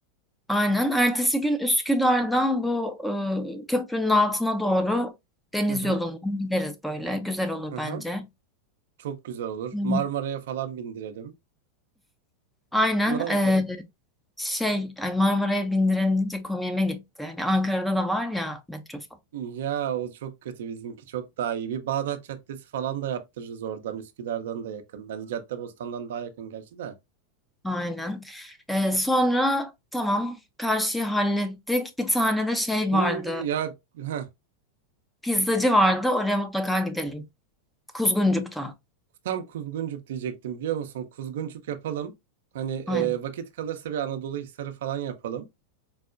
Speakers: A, in the centre; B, on the right.
A: Aynen. Ertesi gün Üsküdar'dan bu e, köprünün altına doğru deniz
B: Hı hı,
A: yolundan gideriz böyle. Güzel olur
B: hı hı.
A: bence.
B: Çok güzel olur.
A: Hı.
B: Marmara'ya falan bindirelim.
A: Aynen.
B: Ne oldu?
A: e, şey ay Marmara'ya bindirenince komiğime gitti. Hani Ankara'da da var ya metro
B: Ya o çok kötü bizimki çok daha iyi. Bir Bağdat Caddesi falan da yaptırırız oradan Üsküdar'dan da yakın. Hani Caddebostan'dan daha yakın gerçi de.
A: Aynen. Ee, sonra tamam karşıyı hallettik. Bir tane de şey
B: Bu-
A: vardı.
B: Ya heh,
A: Pizzacı vardı. Oraya mutlaka gidelim. Kuzguncuk'ta.
B: tam Kuzguncuk diyecektim biliyor musun? Kuzguncuk yapalım. Hani e,
A: Aynen.
B: vakit kalırsa bir Anadolu Hisarı falan yapalım.